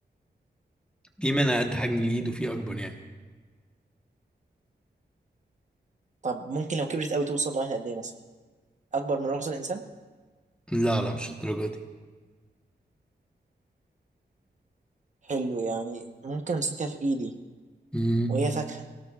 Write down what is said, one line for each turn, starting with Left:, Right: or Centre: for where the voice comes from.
Centre: في منها قد حجم الايد وفي اكبر يعني
Right: طب ممكن لو كبرت قوي توصل لغاية قد إيه مثلا؟ أكبر من رأس الإنسان؟
Centre: لا لا مش الدرجه دي
Right: حلو يعني ممكن أمسكها في إيدي
Centre: امم
Right: وهي فاكهة